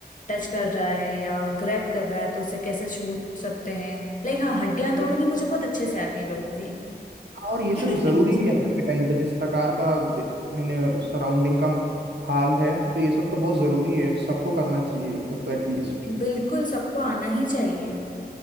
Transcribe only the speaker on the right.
को
और ये
सब जरूरी भी है आज के टाइम पे जिस प्रकार का दे- मैंने सराउंडिंग का हाल है तो ये सब तो बहुत जरूरी है सबको करना चाहिए ये सब तो एटलीस्ट